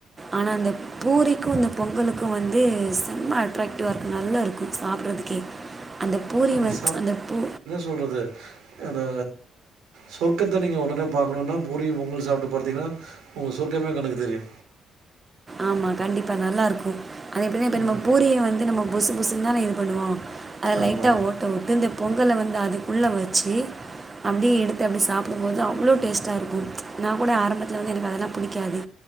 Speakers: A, on the right; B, on the right.
A: ஆனா அந்த பூரிக்கு இந்த பொங்கலுக்கு வந்து செும்மா அட்ராக்ட் டிவா இருக்கு நல்லா இருக்கு சாப்றதுக்கே அந்த பூரி
B: அத
A: வ அந்த பூ
B: சொல்றது அது சொர்க்கத்த நீங்க ஒடனே பாக்கணுனா பூரியு பொங்கலு சாப்ட்டு பாத்தீங்கன்னா உங்க சொர்கமே கண்ணுக்கு தெரியு
A: ஆமா கண்டிப்பா நல்லா இருக்கு அது எப்டினா இப்ப
B: ம்
A: நம்ம பூரிய வந்து நம்ம புசு புசுன்னு தானே இது பண்ணுவோ அத
B: ஆமா
A: லைட்டா ஓட்ட உட்டு இந்த பொங்கல வந்து அது உள்ள வெச்சு அப்டியே எடுத் து அப்டி சாப்டும்போது அவ்ளோ டேஸ்டா இருக்கு நா கூட ஆரம்பத்துல வந்து எனக்கு அதெல்லா புடிக்காது